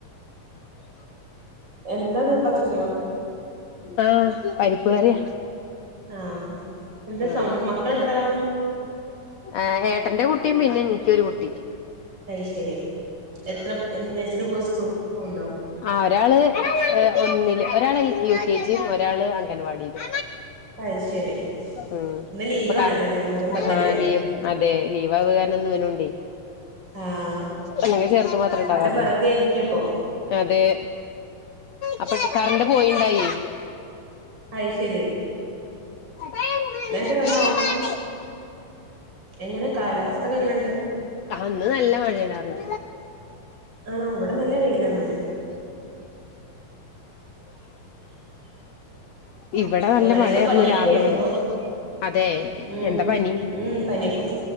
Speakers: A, on the right; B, on the left.
A: എന്താത് പച്ചക്കറിയോ
B: ആഹ പരിപ്പ് കറിയാ
A: ആഹ് എന്താ
B: ആ
A: സൗണ്ട് മക്കള് എത്ര ആളാ
B: ആ ഏട എന്റെ കുട്ടിയും പിന്നെ എനിക്കൊരു കുട്ടി
A: അയ് ശരി എത്ര നെസ്രി പോ സ്കൂല്ക്പോണ്ടോ
B: ആ ഒരാള് ഒന്നില് ഒരാള് ൽകെ ജിയും ഒരാള് അംഗൻവാടിയിലും
A: അയ് ശരി
B: ഉം
A: ഇന്ന് ലീവാണല്ലോല്ലേ
B: ഇപ്പൊ കാരണം
A: മുഹറം പത്തിന്റെ
B: ആ അതെ ലീവവുകാരനം ഇന്ന് ഇവനുണ്ടേ
A: ആഹ്
B: അല്ലങ്കെ ചെറ്ത് മാത്രണ്ടാവാറുളളൂ
A: അവരെ പിറകെ ഇരിക്കപ്പൊ
B: അതെ അപ്പൊ കറണ്ട് പോയിണ്ടായി
A: അത് ശരി
B: <inaudible>
A: എന്നിട്ട് വന്നോ എങ്ങനെ കാലാവസ്ഥക്കെ എങ്ങനെണ്ട്
B: ഇന്ന് നല്ല മഴണ്ടായിരുന്നു
A: ആണോ അവിടെ നല്ല വെയിലാന്നല്
B: ഇവിടെ നല്ല
A: മൂന്നല്
B: മഴയായിരുന്നു
A: ദിവസം പനിയൊക്കൊയിരുന്നു
B: രാവിലെ മുതൽ അതെ
A: ഉം
B: എന്താ പനി
A: ഉ പനിഒക്കെ